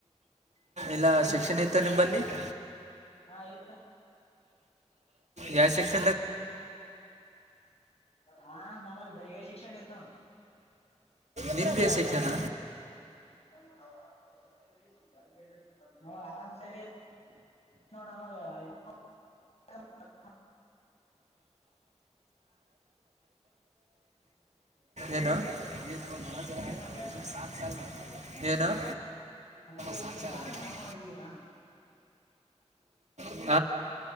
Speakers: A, on the right (about 80°); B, on the left (about 65°).
A: ಇಲ್ಲ ಶಿಕ್ಷಣ ಇತ್ತು ನಿಂಬಲ್ಲಿ <inaudible>
B: ಹಾ ಇ
A: ಯಾಯ ಸಿಕ್ <unintelligible>
B: ಹಾ ಮಾಮಲೆ ಬೈಗ ಶಿಕ್ಷಣ ದತ
A: ನಿಂದು ಎ ಸೆಕ್ಷನ
B: ನ <inaudible> <unintelligible> ಹ ಆರಾಮ್ ಸರಿ ನೋಡ <inaudible> <unintelligible>
A: ಏನು <inaudible> ಬ ಜ
B: ಸೊಬ್ಯಾನ
A: ಸಾ ಸಾಲ ಸಾ
B: ಹಲೋ
A: ಸ
B: ಯಾರನ್ ಕರ್ಕೊಂಡ್ ಹೋಗ್ತಿದೀರಾ
A: <inaudible> ಆ <unintelligible>